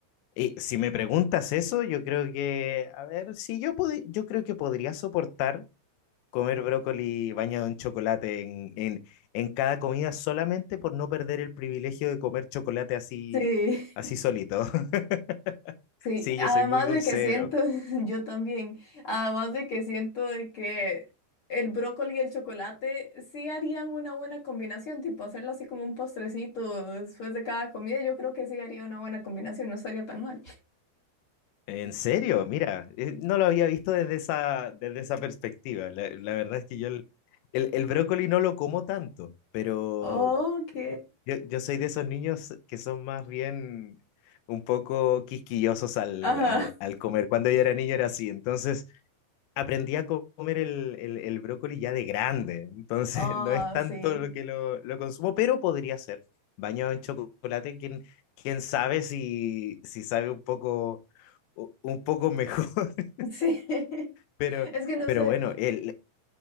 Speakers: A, on the left; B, on the left.
A: eh, si me preguntas eso, yo creo que, a ver, si yo podi- yo creo que podría soportar comer brócoli bañado en chocolate en, en, en cada comida solamente por no perder el privilegio de comer chocolate así,
B: Sí,
A: así solito. <laughs>
B: Sí,
A: Sí,
B: además
A: yo soy muy dulcero.
B: de que siento, <laughs> yo también, además de que siento de que el brócoli y el chocolate sí harían una buena combinación, tipo hacerlo así como un postrecito después de cada comida, yo creo que sí haría una buena combinación, no estaría tan mal.
A: En serio, mira, eh, no lo había visto desde esa, desde esa perspectiva. La, la verdad es que yo el, el- el brócoli no lo como tanto, pero
B: Ok.
A: yo, yo soy de esos niños que son más bien un poco quisquillosos al,
B: Ajá.
A: al, al comer. Cuando yo era niño era así, entonces aprendí a comer el, el- el brócoli ya de grande, entonces
B: Ah,
A: <laughs> no es tanto
B: sí.
A: lo que lo, lo consumo, pero podría ser. Bañado en chocolate, quién, quién sabe si, si sabe un poco, u- un poco mejor, <laughs>
B: Sí. <laughs>
A: pero,
B: Es que no
A: pero
B: sé.
A: bueno, el,